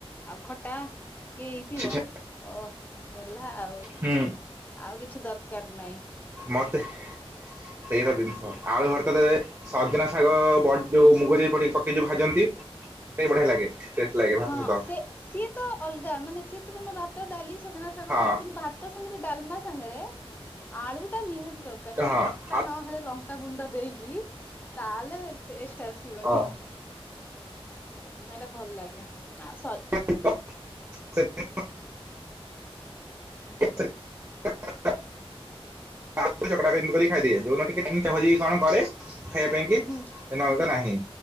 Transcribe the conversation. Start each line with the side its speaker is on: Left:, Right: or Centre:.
Left: ଆଉ ଖଟା ଟିକେ ହେଇଥିବ
Right: ଛି, ଛି।
Left: ଓଃ। ହେଲା ଆଉ
Right: ହୁଁ
Left: ଆଉ କିଛି ଦରକାର ନାହିଁ।
Right: ମତେ ସେଇରା ଜିନିଷ ଆଳୁ ଭର୍ତା ଟା ରେ ସଜନା ଶାଗ ବଢ଼ି ଯୋଉ ମୁଗ ଯାଇ ପଡି ପକେଇକି ଯୋଉ ଭାଜନ୍ତି ବଢିଆ ଲାଗେ। ଲାଗେ ଭାତ
Left: ହଁ
Right: ସହିତ
Left: ସେ ସିଏ ତ ଅଲଗା ମାନେ ସିଏ ତ ତମେ ଭାତ ଡାଲି ସଜନା ଶାଗ
Right: ହଁ
Left: ମୁଗ କିନ୍ତୁ ଭାତ ତ ସାଙ୍ଗରେ ଡାଲମା ସାଙ୍ଗରେ ଆଳୁ ଟା ନିହାତି ଦରକାର ଟିକେ
Right: ହଁ
Left: ଚକଟା ନହେଲେ ଲ ଙ୍କା ଗୁଣ୍ଡ ଦେଇକି ତାହେଲେ ଟେଷ୍ଟ ଆସିବନି।
Right: ଆଉ ହଁ
Left: ହେଟା ଭଲ ଲାଗେ। ଆ ସ
Right: <inaudible> <inaudible> ଆଳୁ ଚକଟା ଚକଟି ଖାଇଦିଏ। ଯୋଉ ଦିନ ଟିକେ <unintelligible> କଣ କରେ। ଖାଇବା ପାଇଁ କି ଏ
Left: ହୁଁ
Right: ନହ ତ ନାହିଁ